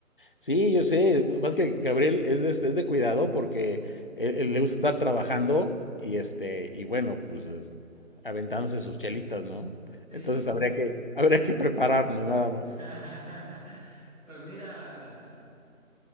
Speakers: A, on the left (about 40°); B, in the centre.
A: Sí, yo sé. Más que Gabriel es de, es de cuidado porque él, él le gusta estar trabajando y este, y bueno, pues es- aventándose sus chelitas, ¿no?
B: Sí,
A: Entonces habría
B: pues.
A: que, habría que prepararnos nada más.
B: <laughs> Pues mira,